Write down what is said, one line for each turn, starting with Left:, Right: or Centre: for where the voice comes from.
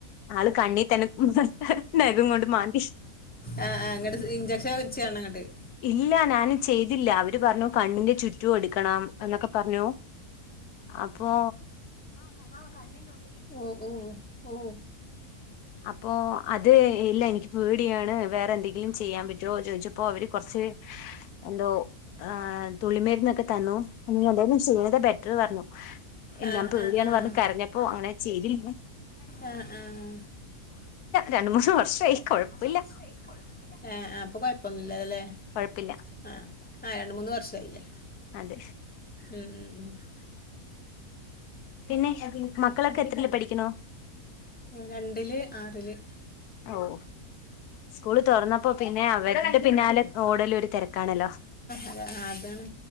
Left: ആള് കണ്ണി തന്നെ <unintelligible> നഖം കൊണ്ട് മാന്തി.
Centre: ആഹ് ആഹ് ഇങ്ങട്ട് ഇഞ്ചക്ഷൻ വെച്ചാണോ ഇങ്ങട്ട് ഇല്ല
Left: ഇല്ല ഞാനും ചെയ്തില്ല അവര് പറഞ്ഞു. കണ്ണിന്റെ ചുറ്റും എടുക്കണം എന്നൊക്കെ പറഞ്ഞു അപ്പൊ.
Centre: ആഹ് കണ്ണിന്റെ ഉള്ളില് ഓ ഓ ഓ.
Left: അപ്പൊ അത് ഇല്ല എനിക്ക്. പേടിയാണ് വേറെ എന്തെങ്കിലും ചെയ്യാൻ പറ്റോ ചോദിച്ചപ്പോ അവര് കൊർച്ച്. എന്തോ ഏ തുള്ളി മര് <unintelligible> ക്കെ തന്നു എന്തായാലും ചെയ്യ്ണത ബെറ്റർ പറഞ്ഞു.
Centre: ആഹ്
Left: ഞാൻ പേടിയാണ്
Centre: ആഹ് ആഹ്
Left: പറഞ്ഞു കരഞ്ഞ പ്പൊ അങ്ങനെ ചെയ്തില്ലാ.
Centre: ആഹ് ആഹ്.
Left: രണ്ട് മൂന്ന്
Centre: കൊഴ്പ്പല്ല്യ
Left: വർഷമായി കൊഴപ്പമില്ല
Centre: അഞ്ചു വർഷായി കൊഴ്പ്പല്ല്യ ആ ആ ഇപ്പൊ കുഴപ്പൊന്നുല്ലാലേ.
Left: കൊഴപ്പല്ല.
Centre: അഹ് ആഹ് രണ്ട് മൂന്ന് വർഷായില്ലേ.
Left: അതെ
Centre: ഉം ഉം ഉം
Left: പിന്നെ മക്കളൊക്കെ എത്രീല് പഠിക്കുന്നു?
Centre: രണ്ടില് ആറില്.
Left: ഓഹ് സ്കൂള് തുറന്നപ്പോ പിന്നെ അവരുടെ പിന്നാലെ ഓടല് ഒരു തെരക്കാണല്ലോ.
Centre: അതെ അതാണ്